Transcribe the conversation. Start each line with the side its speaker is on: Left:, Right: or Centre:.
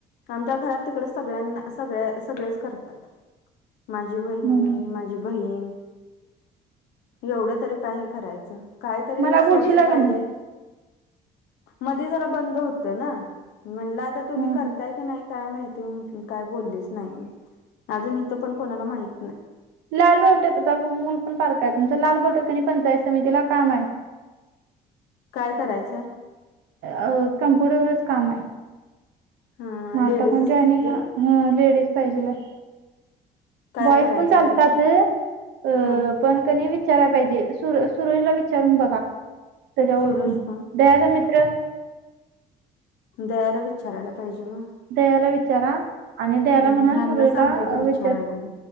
Left: आमच्या घरात तिकड सग सगळ्यांना सगळ सगळेच करतात माझी वहिणी
Right: म्हणून
Left: माझी बहीण. एवढं तरी का हे करायचं. कायतरी
Right: मला
Left: सोर्स
Right: बोलशीला
Left: पाहिजे
Right: का नाही
Left: मधी जरा बंद होत ना. म्हणलं आता तुम्ही
Right: हा,
Left: करताय
Right: हा.
Left: की नाही काय माहिती. ते म्हटल काय बोललेच नाही अजून इथं पण कोणाला माहित नाही.
Right: लालबावट्याचा मूल पण बारक आहे तुमच लालबावट्या आणि पंचायत समितीला काम आहे.
Left: <inaudible> काय करायचाय?
Right: अ, कम्प्युटरवरच काम आहे.
Left: ह
Right: मग आता
Left: लेडीजच
Right: कोण जॉईनिंग
Left: लागते
Right: अ लेडीज पाहिजेल हाय.
Left: काय
Right: बॉईस
Left: करायचंय
Right: पण चालतात
Left: तिथं
Right: अं
Left: हा
Right: पण कसं वि विचाराय पाहिजे सुर सुरळीला विचारून बघा त्याच्या ओळखीन
Left: सूरज कोण
Right: दया मी अ <inaudible>
Left: दयाला विचारायला पाहिजे.. मग
Right: दयाला विचारा आणि दयला
Left: हम्म
Right: म्हणा
Left: ह्यांना
Right: सुरजला
Left: सांगते की विचारायला
Right: विचार.
Left: मग